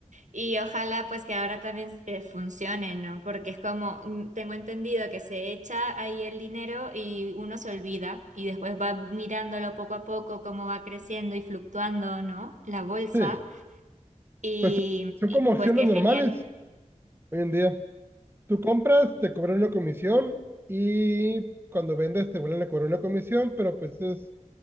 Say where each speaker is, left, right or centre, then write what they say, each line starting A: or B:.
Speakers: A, on the right; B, on the right.
A: Y ojalá pues que ahora también eh, funcione, ¿no? Porque es como, mm, tengo entendido que se echa ahí el dinero y uno se olvida y después va mirándolo poco a poco cómo va creciendo y fluctuando, ¿no? La bolsa.
B: Sí,
A: Y,
B: pues son
A: y,
B: como acciones
A: pues qué
B: normales
A: genial.
B: hoy en día. Tú compras, te cobran una comisión y cuando vendes te vuelven a cobrar una comisión, pero pues es,